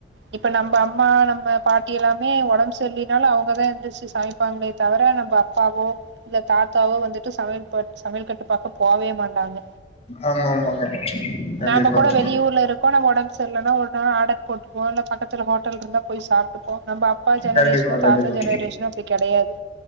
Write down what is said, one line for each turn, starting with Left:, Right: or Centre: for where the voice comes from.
Right: இப்ப நம்ப அம்மா நம்ம பாட்டி எல்லாமே உடம்புஸ் தொல்லினாலு அவங்கதான் எந்த சிஸ் சமைப்பாங்களே தவர நம்ப அப்பாவோ இல்ல தாத்தாவோ வந்து ட்டு சமையல்ப சமயல் கட்டு பக்க போவே மாட்டாங்க
Left: ஆமா ஆமாங்க கண்டிப்பாங்க
Right: நாம கூட வெளியூர்ல இருக்கோ நம்ம உடம்பு செருலனா ஒ ருனா ஆடர் போட் போன பக்கத்துல ஹோட்டல் இருந்தா போய் சாப்ட்டுப்போ நம்ப அப்பா ஜெனரேஷனு
Left: கண்டிப்பா கண்டிப்பா
Right: தாத்தா ஜெனரேஷனு அப்டி கெடையாது